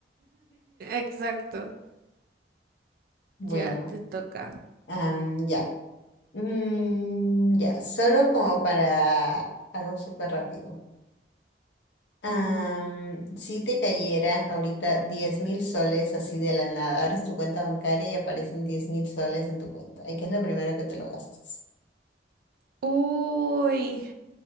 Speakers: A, on the right (about 55°); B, on the left (about 80°).
A: Exacto.
B: Bueno,
A: Ya te toca.
B: am, ya. Mm, ya, solo como para algo súper rápido. Am,
A: Ujú.
B: si te cayeran ahorita diez mil soles así de la nada, abres tu cuenta bancaria y aparecen diez mil soles en tu cuenta. ¿Y qué es lo primero que te lo gastas?
A: Uy,